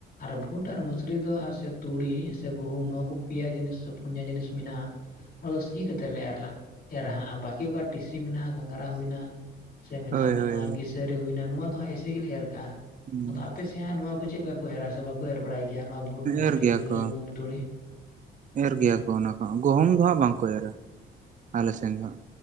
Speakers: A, on the left; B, on the right.
A: ᱟᱨ ᱵᱷᱩᱴ ᱟᱨ ᱢᱟᱹᱥᱨᱤ ᱫᱚ ᱟᱨ <unintelligible> ᱛᱩᱲᱤ ᱥᱮ ᱜᱩᱦᱩᱢ ᱱᱚᱣᱟ ᱠᱚ ᱯᱮᱭᱟ ᱡᱤᱱᱤᱥ ᱥᱮ ᱯᱩᱱᱭᱟ ᱡᱤᱱᱤᱥ ᱢᱮᱱᱟᱜᱼᱟ ᱚᱱᱟ ᱫᱚ ᱥᱤ ᱠᱟᱛᱮᱫ ᱞᱮ ᱮᱨᱻᱞᱟ ᱮᱨᱟ ᱦᱟᱸᱜ ᱟᱨ ᱵᱟᱹᱠᱤ ᱚᱠᱟ ᱴᱤᱥᱤ ᱢᱮᱱᱟᱜᱼᱟ ᱜᱷᱟᱝᱜᱨᱟ ᱦᱩᱭᱱᱟ ᱥᱮ ᱢᱮᱛᱟᱜ
B: ᱦᱳᱭ
A: ᱢᱮ
B: ᱦᱳᱭ
A: ᱱᱚᱣᱟ ᱠᱤᱥᱟᱹᱨᱤ ᱦᱩᱭᱱᱟ ᱱᱚᱣᱟ ᱫᱚ ᱮᱭᱥᱮ ᱜᱮᱞᱮ ᱮᱨ ᱠᱟᱜᱼᱟ
B: ᱦᱳᱭ
A: ᱟᱫᱚ ᱟᱯᱮᱥᱮᱫ ᱦᱟᱸᱜ ᱱᱚᱣᱟ ᱠᱚ ᱪᱮᱫ ᱞᱮᱠᱟᱼᱼ ᱠᱚ ᱮᱨᱟ ᱥᱮ ᱵᱟᱠᱚ ᱮᱨ ᱵᱟᱲᱟᱭ ᱜᱮᱭᱟ ᱱᱚᱣᱟ ᱵᱷᱳᱴ ᱢᱟᱹᱥᱨᱤ
B: ᱮᱨ ᱜᱮᱭᱟ
A: ᱠᱤ ᱥᱟᱹᱨᱤ
B: ᱠᱚ
A: ᱜᱩᱦᱩᱢ ᱛᱩᱲᱤ
B: ᱮᱨ
A: ᱦᱮᱸ
B: ᱜᱮᱭᱟ ᱠᱚ ᱚᱱᱟ ᱠᱚ ᱜᱚᱦᱚᱢ ᱫᱚ ᱦᱟᱸᱜ ᱵᱟᱝᱠᱚ ᱮᱨᱟ ᱟᱞᱮ ᱥᱮᱱ ᱫᱚ ᱦᱟᱸᱜ